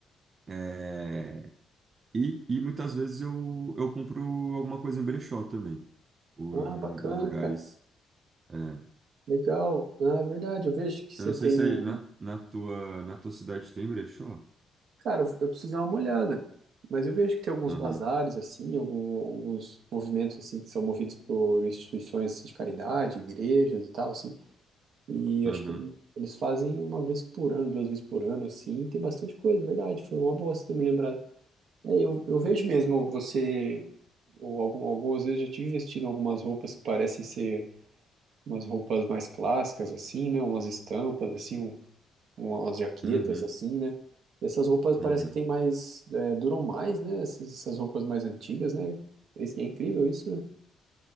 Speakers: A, on the right; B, on the right.
A: É, E, e muitas vezes eu, eu compro alguma coisa em brechó também, ou
B: Ah,
A: em,
B: bacana,
A: em lugares.
B: cara.
A: é.
B: Legal. Ah, é verdade. Eu vejo que você
A: Eu não
B: tem
A: sei se
B: um.
A: aí na, na tua, na tua cidade tem brechó.
B: Cara, eu eu preciso dar uma olhada. Mas eu vejo que tem alguns
A: Uhum,
B: bazares, assim, algum- alguns movimentos, assim, que são movidos por instituições assim, de caridade, igrejas e tal, assim. E eu
A: uhum,
B: acho que eles fazem uma vez por ano, duas vezes por ano, assim. e Tem bastante coisa, verdade. Foi uma boa você ter me lembrado. É, eu, eu vejo mesmo você. Ou algum, algumas vezes eu já tive vestindo algumas roupas que parecem ser. umas roupas mais clássicas assim, né? Umas estampas assim, um- umas jaquetas
A: uhum,
B: assim, né? E essas roupas parece
A: uhum.
B: que tem mais, é, duram mais, né? Essas, essas roupas mais antigas, né? Isso é incrível isso, né?